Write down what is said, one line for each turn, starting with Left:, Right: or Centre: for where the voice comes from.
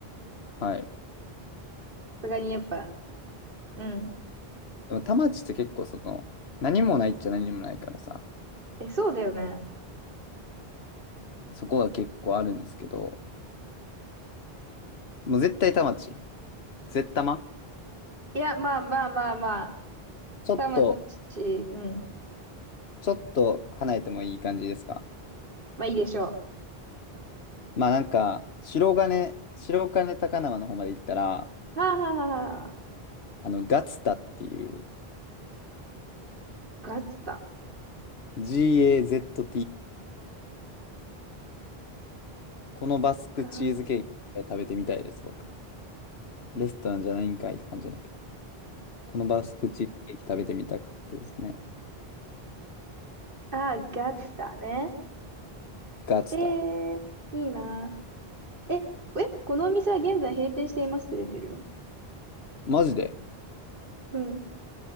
Left: はい。
Right: すがにやっぱ、うん。
Left: でも田町って結構その、何もないっちゃ何もないからさ、
Right: え、そうだよね。
Left: そこが結構あるんですけど、もう絶対田町。絶玉
Right: いや、まあまあまあまあ。
Left: ちょっと、
Right: 田町、うん。
Left: ちょっと離れてもいい感じですか
Right: まあいいでしょ
Left: まあなんか、白金、白金高輪の方まで行ったら、
Right: う。はあ、
Left: あの、ガツタっていう
Right: ガッツだ。
Left: GAZTA。このバスクチーズケーキ食べてみたいです、
Right: ガ、
Left: 僕。レストランじゃないんかいって感じじゃないけど。このバスクチーズケーキ食べてみたくてですね。
Right: あー、ガッツだね。
Left: ガツタ。
Right: ええー、いいな。え、え、このお店は現在閉店していますって出てるよ。
Left: マジで
Right: うん。